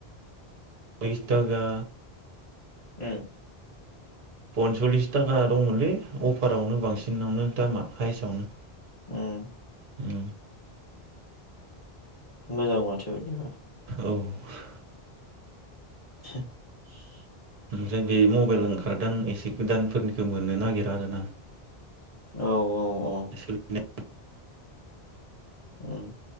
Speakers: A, on the right; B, on the left.
A: बिस थाखा।
B: उम।
A: पनसलिस थाखा दंमोनलै अफारावनो बांसिनावनो दामा हायेस्टआवनो।
B: उम।
A: उम।
B: मोजां माथो बिदिबा।
A: औ।
B: <inaudible>
A: ओमफ्राय बे मबाइल ओंखारदों एसे गोदानफोरनिखौ मोननो नागिरा आरोना।
B: औ औ औ।
A: सोलिनाय।
B: उम।